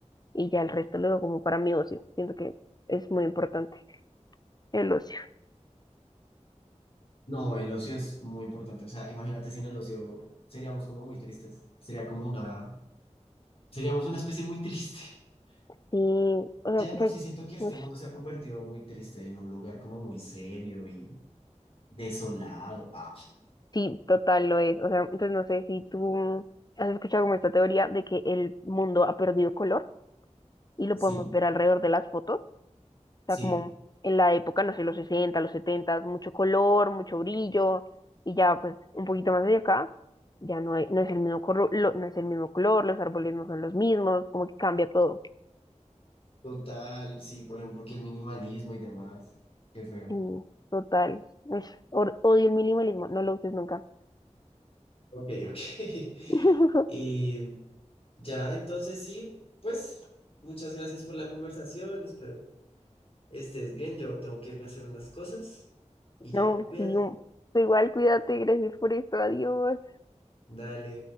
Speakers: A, on the left; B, on the left.
A: Y ya el resto lo doy como para mi ocio. Siento que es muy importante el ocio.
B: No, el ocio es muy importante. O sea, imagínate sin el ocio seríamos como muy tristes. Sería como una, seríamos una especie muy triste. <laughs>
A: Sí, o sea,
B: Ya
A: pues,
B: de por sí siento que este
A: ush,
B: mundo se ha convertido muy triste en un lugar como muy serio y desolado. Ah,
A: sí, total lo es. O sea, entonces no sé si tú has escuchado como esta teoría de que el mundo ha perdido color y lo
B: sí,
A: podemos ver alrededor de las fotos o sea,
B: sí,
A: como en la época, no sé, los 60, los 70, mucho color, mucho brillo, y ya pues un poquito más de acá, ya no, hay- no es el mismo color, no es el mismo color, los árboles no son los mismos, como que cambia todo.
B: total. Sí, por ejemplo, que el minimalismo y demás. Qué feo.
A: Sí, total. Ush, or- odio el minimalismo, no lo uses nunca.
B: Ok, ok. <laughs>
A: <laughs>
B: Y Ya, entonces sí, pues muchas gracias por la conversación, espero estés bien, yo tengo que irme a hacer unas cosas y
A: No,
B: ya, cuídate.
A: sí, un- tú igual cuídate, gracias por esto, adiós.
B: Dale.